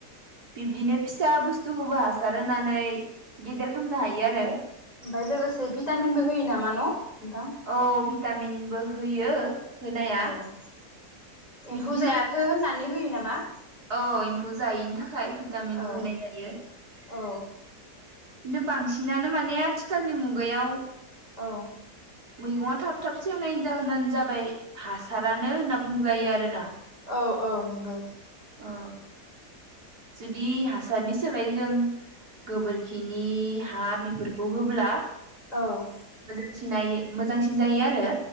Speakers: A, on the right; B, on the left.
A: बिब्दिनो फिसा बुस्थुखौबो हासार होनानै गेदेर खालामनो हायो आरो
B: ओमफाय लोगोसे भिटामिनबो होयो नामा न' नोंथां?
A: औ भिटामिनबो होयो होनाया
B: औ
A: बिब्दिनो
B: फुजायाथो होनना नानै होयो नामा
A: औ एम्फौ जायैनि थाखाय भिटामिनबो
B: औ
A: होनाय जायो खिन्थु
B: औ
A: बांसिनानो माने आथिखालनि मुगायाव
B: औ
A: मैगङा थाब थाब सेवनायनि जाहोनानो जाबाय हासारानो होनना बुंजायो आरोना
B: औ औ नंगौ
A: औ जुदि हासारनि सोलाय जों गोबोरखिनि हा बेफोरखौ होब्ला
B: औ
A: मोजांसिन मोजांसिन जायो आरो